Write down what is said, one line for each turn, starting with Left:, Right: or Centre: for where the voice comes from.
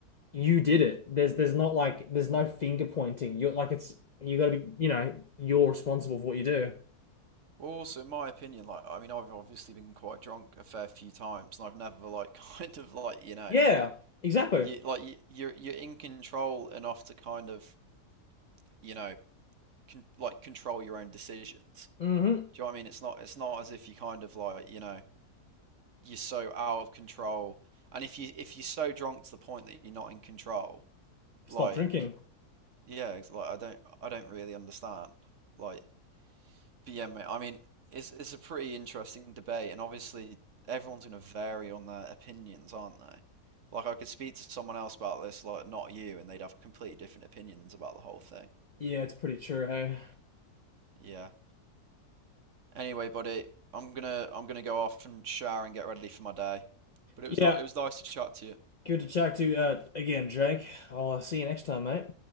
Left: You did it. There's there's not like there's no finger pointing. You're like it's you got to be, you know, you're responsible for what you do.
Right: Well, Also, in my opinion, like I mean, I've obviously been quite drunk a fair few times, and I've never like <laughs> kind of like you know
Left: Yeah, exactly.
Right: you like you, you're you're in control enough to kind of you know con like control your own decisions.
Left: Mm-hmm.
Right: Do you know what I mean? It's not it's not as if you kind of like you know you're so out of control. And if you if you're so drunk to the point that you're not in control,
Left: Stop
Right: like
Left: drinking.
Right: yeah, it's like I don't I don't really understand. Like, but yeah, mate, I mean, it's it's a pretty interesting debate, and obviously everyone's gonna vary on their opinions, aren't they? Like, I could speak to someone else about this, like not you, and they'd have completely different opinions about the whole thing.
Left: Yeah, it's pretty true, hey.
Right: Yeah. Anyway, buddy, I'm gonna I'm gonna go off and shower and get ready for my day. But it
Left: Yeah,
Right: was like it was nice to chat to you.
Left: good to chat to you uh, again, Jake. I'll uh, see you next time, mate.